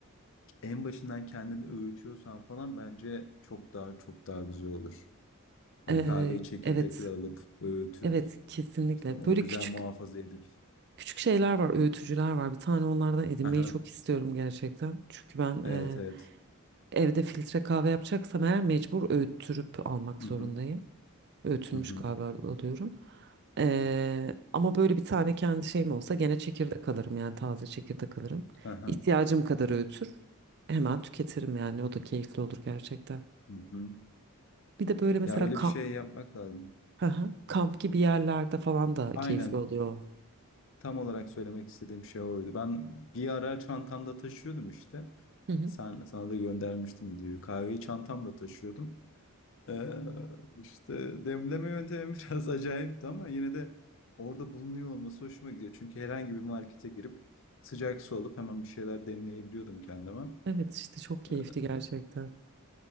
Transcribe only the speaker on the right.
E,
evet,
evet kesinlikle.
Böyle
küçük
küçük şeyler var, öğütücüler var. Bir tane onlardan edinmeyi
çok istiyorum gerçekten. Çünkü ben e,
evde filtre kahve yapacaksam eğer mecbur öğüttürüp almak
zorundayım.
öğütülmüş
galiba alıyorum. Ee, ama böyle bir tane kendi şeyim olsa gene çekirdek alırım yani taze çekirdek alırım.
İhtiyacım kadar öğütür. Hemen tüketirim yani o da keyifli olur gerçekten.
Bir de böyle mesela
kamp,
Hı hı. kamp gibi yerlerde falan da
keyifli oluyor.
Hı hı.
Evet işte çok keyifli
gerçekten.